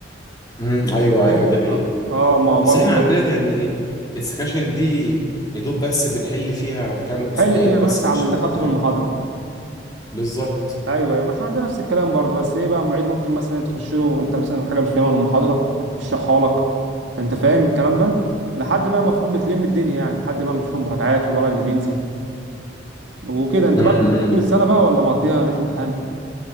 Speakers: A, on the left; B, on the right.
A: امم ايوه
B: فاهم
A: ايوه دي حقيقه
B: اه آه، ما
A: بس
B: برضو
A: احنا عندنا يعني السكاشن دي يا دوب بس بنحل فيها كام
B: بتحل
A: سؤال
B: فيها
A: بس
B: بس
A: مش
B: على اللي خدته
A: فاهم
B: في المحاضره
A: بالظبط
B: ايوه أيوة، ما احنا عندنا نفس الكلام برضو بس ايه بقى معيد ممكن مثلا تخش له انت مثلا حاجه مش فاهمها من المحاضره يشرحها لك انت فاهم الكلام ده لحد بقى المفروض بتلم الدنيا يعني لحد بقى ما تشوف المراجعات والورق اللي بينزل وكده انت
A: امم
B: بقى بتذاكر طول السنه بقى ولا مقضيها ليله امتحان